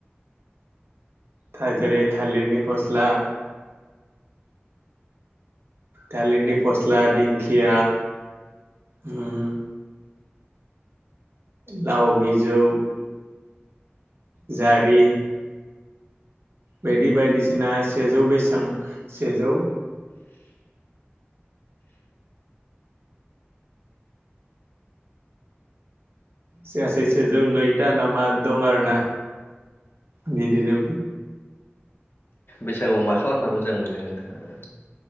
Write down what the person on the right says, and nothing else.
था जेरै थालिरनि फस्ला। थालिरनि फस्ला दिंखया उम लाव बिजौ। जारि। बायदि बायदिसिना सेजौ बेसां सेजौ सेयासेै सेजौ नैथा नामा दं आरोना बिदिनो